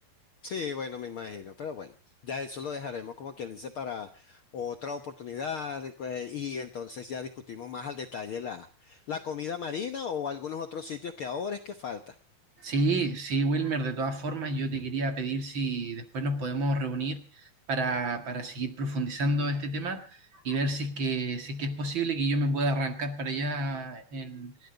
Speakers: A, on the left; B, on the right.
A: Sí, bueno, me imagino, pero bueno, ya eso lo dejaremos como quien dice para otra oportunidad y cue- y entonces ya discutimos más al detalle la, la comida marina o algunos otros sitios que ahora es que falta.
B: Sí, sí, Wilmer, de todas formas, yo te quería pedir si después nos podemos reunir para, para seguir profundizando este tema y ver si es que, si es que es posible que yo me pueda arrancar para allá en,